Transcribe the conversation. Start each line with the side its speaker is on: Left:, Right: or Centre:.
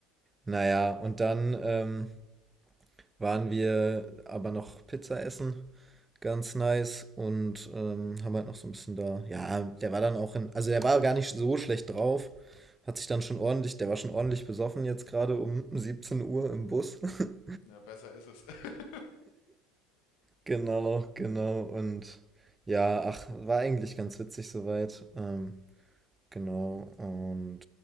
Right: Naja, und dann, ähm, waren wir aber noch Pizza essen. Ganz nice und ähm, haben halt noch so ein bisschen da. Ja, der war dann auch in. Also, der war gar nicht so schlecht drauf. Hat sich dann schon ordentlich. Der war schon ordentlich besoffen jetzt gerade um 17 Uhr im Bus. <laughs>
Left: ja, besser ist es. <laughs>
Right: Genau, genau. Und ja, ach, war eigentlich ganz witzig soweit. Ähm, genau. Und